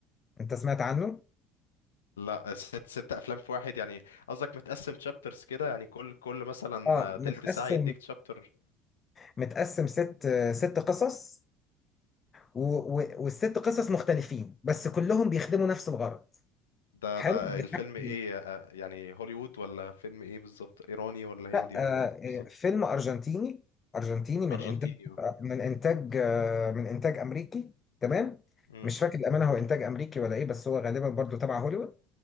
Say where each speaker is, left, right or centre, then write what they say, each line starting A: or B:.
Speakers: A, on the left; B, on the left.
A: انت سمعت عنه
B: لا ست ست افلام في واحد يعني قصدك متقسم تشابترز كده يعني كل كل مثلا
A: اه
B: آه،
A: متقسم
B: تلت ساعه يديك تشابتر
A: متقسم ست ست قصص و... و... والست قصص مختلفين بس كلهم بيخدموا نفس الغرض
B: ده
A: حلو
B: ده
A: بيحكي
B: الفيلم ايه آه، يعني هوليوود ولا فيلم ايه بالظبط ايراني ولا
A: لا
B: هندي
A: آه،
B: ولا ايه بالظبط
A: آه، فيلم ارجنتيني ارجنتيني من
B: ارجنتيني
A: انتاج
B: اه
A: من انتاج آه، من انتاج امريكي تمام
B: مم.
A: مش فاكر الامانه هو انتاج امريكي ولا ايه بس هو غالبا برضو تبع هوليوود